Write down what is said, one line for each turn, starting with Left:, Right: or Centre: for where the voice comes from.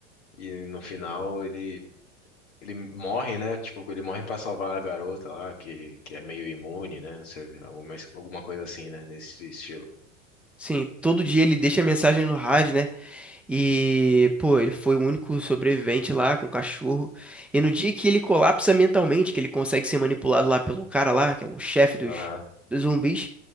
Left: e no final ele Ele morre, né? Tipo, ele morre pra salvar a garota lá, que, que é meio imune, né? Não sei, alguma, alguma coisa assim, né? Nesse estilo.
Centre: Sim, todo dia ele deixa a mensagem no rádio, né? E, pô, ele foi o único sobrevivente lá com o cachorro. E no dia que ele colapsa mentalmente, que ele consegue ser manipulado lá pelo cara lá, que é o chefe dos,
Left: Aham,
Centre: dos zumbis,